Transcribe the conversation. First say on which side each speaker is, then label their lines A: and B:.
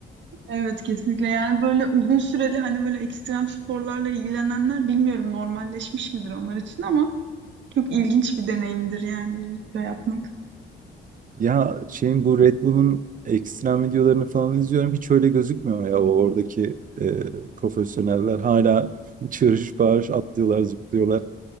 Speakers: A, on the right; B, on the right.
A: Evet kesinlikle yani böyle uzun süreli hani böyle ekstrem sporlarla ilgilenenler bilmiyorum normalleşmiş midir onlar için ama çok ilginç bir deneyimdir yani uzun süre yapmak.
B: Ya şeyin bu Red Bull'un ekstrem videolarını falan izliyorum. Hiç öyle gözükmüyor ya o oradaki e, profesyoneller. Hala çığırış bağırış atlıyorlar, zıplıyorlar.